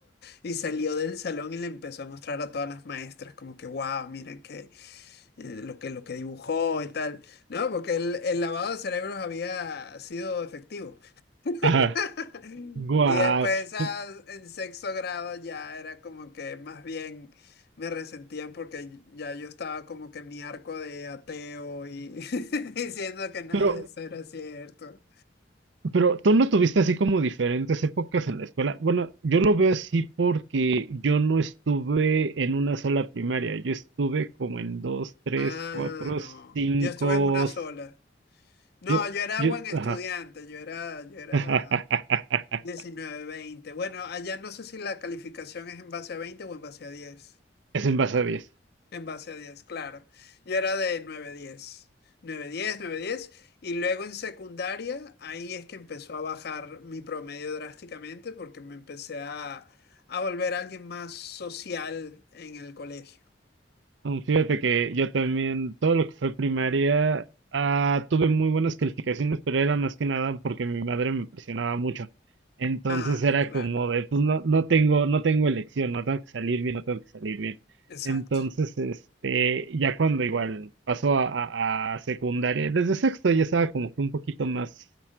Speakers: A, on the left; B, on the right.
A: Y salió del salón y le empezó a mostrar a todas las maestras, como que, wow, miren que eh, lo que, lo que dibujó y tal, ¿no? Porque el, el lavado de cerebros había sido efectivo.
B: ajá.
A: <laughs>
B: Guau.
A: Y después ah,
B: Sí,
A: en sexto grado ya era como que más bien me resentían porque ya yo estaba como que en mi arco de ateo y <laughs> diciendo que nada
B: Pero,
A: de eso era cierto.
B: Pero tú no tuviste así como diferentes épocas en la escuela. Bueno, yo lo veo así porque yo no estuve en una sola primaria. Yo estuve como en dos, tres,
A: Ah,
B: cuatro,
A: no.
B: cinco.
A: Yo estuve en una sola.
B: s-
A: No,
B: Yo,
A: yo era
B: yo,
A: buen estudiante,
B: ajá.
A: yo era, yo era
B: <laughs>
A: diecinueve veinte Bueno, allá no sé si la calificación es en base a 20 o en base a diez
B: Es en base a 10.
A: En base a diez claro. Yo era de nueve diez nueve diez nueve diez Y luego en secundaria, ahí es que empezó a bajar mi promedio drásticamente porque me empecé a, a volver alguien más social en el colegio.
B: Mm, Fíjate que yo también, todo lo que fue primaria, ah, tuve muy buenas calificaciones, pero era más que nada porque mi madre me presionaba mucho. Entonces
A: Ah,
B: era
A: claro.
B: como de, pues no, no tengo, no tengo elección, no tengo que salir bien, no tengo que salir bien.
A: Exacto.
B: Entonces, este, ya cuando igual pasó a, a, a secundaria, desde sexto ya estaba como que un poquito más,